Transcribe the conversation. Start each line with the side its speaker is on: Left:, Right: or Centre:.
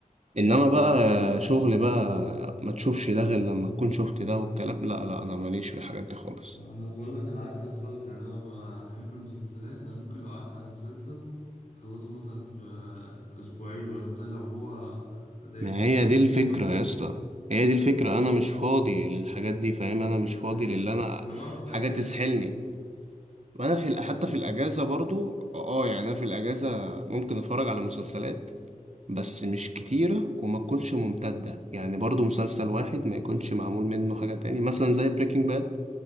Right: انما بقى شغل بقى ما تشوفش ده غير لما تكون شفت ده والكلام لا لا انا ماليش في الحاجات دي خالص
Left: انا بقول لك انا عكسك خالص يعني انا بحب المسلسلات انا ممكن لو قعدت على المسلسل اخلصه مثلا في اسبوعين ولا بتاع لو هو زي
Right: ما هي
Left: زوجين
Right: دي الفكره
Left: جديد مثلا
Right: يا اسطى هي دي الفكره
Left: ما هو
Right: انا مش فاضي للحاجات دي فاهم انا مش فاضي
Left: ايوه
Right: للي
Left: أيوة.
Right: انا
Left: انا بقعد في الاجازه
Right: حاجة تسحلني
Left: بقى
Right: وانا في حتى
Left: ايوه
Right: في الاجازه برضو اه يعني انا في الاجازه ممكن اتفرج على مسلسلات بس مش كتيره وما تكونش ممتده يعني برضو مسلسل واحد ما يكونش معمول منه حاجه تاني مثلا زي بريكنج باد